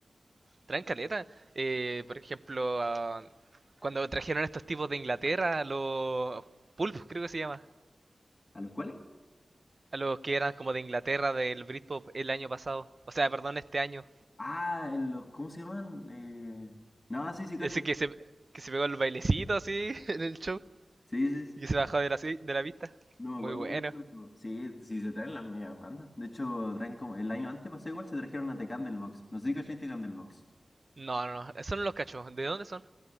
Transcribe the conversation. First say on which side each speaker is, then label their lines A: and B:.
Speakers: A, on the right; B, on the left.
A: Traen caleta. Eh, por ejemplo, ah, cuando trajeron a estos tipos de Inglaterra, a los Pulp, creo que se llama.
B: a los cuales...
A: A los que eran como de Inglaterra del Britpop el año pasado. O sea, perdón, este año.
B: Ah, en los, ¿cómo se llaman? Eh... No, sí, sí, cacho.
A: Ese que se, que se pegó el bailecito así <laughs> en el show
B: Sí, sí. sí.
A: y que se bajó de la, si- de la pista.
B: No me
A: Muy
B: acuerdo
A: bueno.
B: mucho, pero sí, sí se traen las medias bandas. De hecho, traen como. El año antes pasó igual, se trajeron a The Candlebox. No sé si cachai The Candlebox.
A: No, no, no, son los cachos. ¿De dónde son?